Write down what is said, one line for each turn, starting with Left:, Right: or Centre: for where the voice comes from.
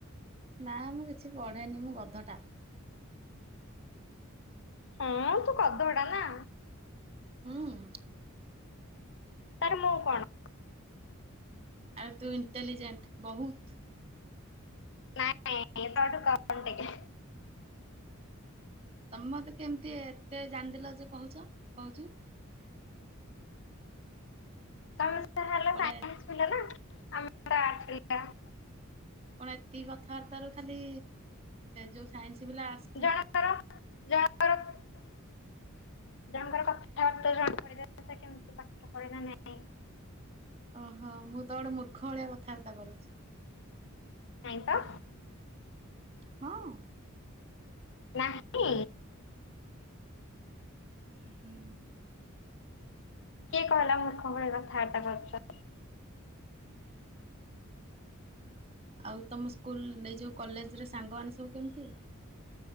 Right: ନା ମୁଁ କିଛି ପଢେନି ମୁଁ ଗଧ ଟା।
Left: ହଁ ତୁ ଗଧ ଟା ନା।
Right: ହୁ ହ
Left: ତାର ମୁଁ କଣ?
Right: ଆରେ ତୁ ଇଣ୍ଟେଲିଜେଣ୍ଟ ବହୁତ।
Left: ନାଇଁ ନାଇଁ ତା ଠୁ କମ୍ ଟିକେ।
Right: ତମେ ମତେ କେମିତି ଏତେ ଜାଣିଦେଲ ଯେ କହୁଛ କହୁଛୁ।
Left: ତମେ ତ ଖାଲି
Right: <unintelligible>
Left: ପାଠ ପିଲା ନା ଆମେ <unintelligible>
Right: କଣ ଏତିକି କଥାବାର୍ତାରୁ ଖାଲି ଯୋଉ ସାଇନ୍ସ ପିଲା ଆର୍ଟ
Left: ଜଣଙ୍କର ଜଣ ଜଣଙ୍କର ଜଣଙ୍କର କଥାବାର୍ତ୍ତା ଜଣା ପଡି ଯାଏ କେମିତି ପାଠ ପଢିଲା ନାଇଁ।
Right: ଓହୋ ମୁଁ ତ ଗୋଟେ ମୂର୍ଖ ଭଳିଆ କଥାବାର୍ତ୍ତା କରୁଛି।
Left: ନାଇଁ ତ
Right: ହଁ।
Left: ନାଇଁ। ଇଁ।
Right: ହୁଁ ହୁଁ।
Left: କିଏ କହିଲା ମୁର୍ଖ ଭଳି କଥାବାର୍ତ୍ତା କରୁଛ?
Right: ଆଉ ତମ ସ୍କୁଲ ଏଇ ଯୋଉ କଲେଜରେ ସାଙ୍ଗମାନେ ସବୁ କେମିତି?